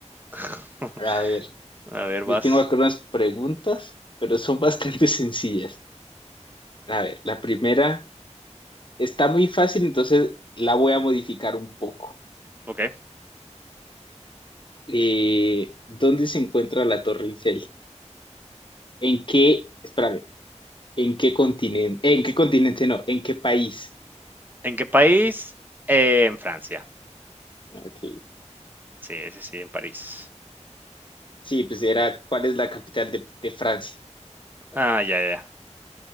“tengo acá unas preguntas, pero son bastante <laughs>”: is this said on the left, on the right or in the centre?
Left